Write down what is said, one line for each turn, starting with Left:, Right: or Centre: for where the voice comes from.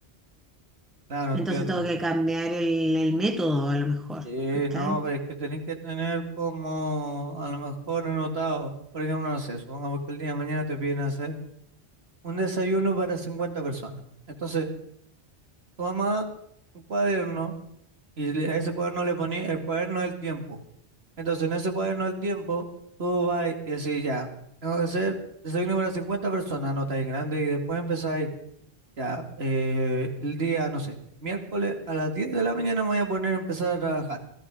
Right: Claro, entiendo.
Centre: Entonces tengo que cambiar el, el método a lo mejor.
Right: Sí,
Centre: ¿Cachai?
Right: no, pero es que tenés que tener como a lo mejor anotado, por ejemplo, no sé, supongamos que el día de mañana te piden hacer un desayuno para 50 personas. Entonces, toma un cuaderno y le- a ese cuaderno le poní el cuaderno del tiempo. Entonces, en ese cuaderno del tiempo, tú vas y decís, ya, tengo que hacer, soy número 50 personas, anota en grande, y después empezáis, ya, eh, el día, no sé, miércoles a las 10 de la mañana me voy a poner a empezar a trabajar.